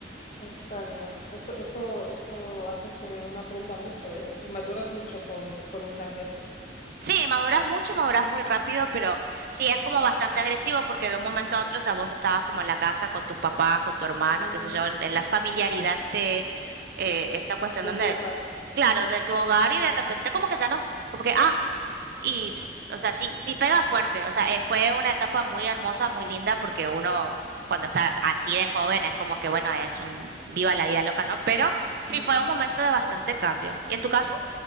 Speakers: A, on the left (about 45°); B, on the right (about 60°).
A: está bien. Eso, eso, eso hace que uno aprenda mucho, ¿eh? Maduras mucho con, con un cambio así.
B: Sí, maduras mucho, maduras muy rápido, pero sí es como bastante agresivo porque de un momento a otro, o sea, vos estabas como en la casa con tus papás, con tu hermano,
A: Ujú,
B: qué sé yo, en, en la familiaridad de eh, esta cuestión
A: de
B: donde,
A: tu hogar.
B: claro, de tu hogar y de repente como que ya no, como que, ah, y, ps, o sea, sí, sí pega fuerte, o sea, eh, fue una etapa muy hermosa, muy linda porque uno cuando está así de joven es como que, bueno, es un viva la vida loca, ¿no? Pero sí
A: ujú.
B: fue un momento de bastante cambio. ¿Y en tu caso?